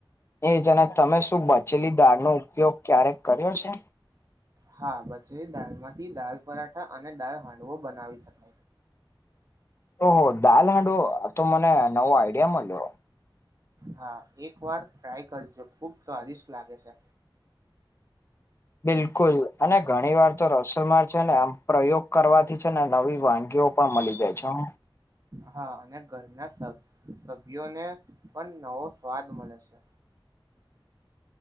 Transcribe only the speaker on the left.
એજ અને તમે શું બચેલી દાળનો ઉપયોગ ક્યારેક કર્યો છે?
ઓહો દાલ હાંડુઓ, આતો મને નવો આઈડિયા મળ્યો.
બિલકુલ અને ઘણી વાર તો રસોમાંર છે, ને આમ પ્રયોગ કરવાથી છે ને નવી વાનગીઓ પણ મલી જાય છે ન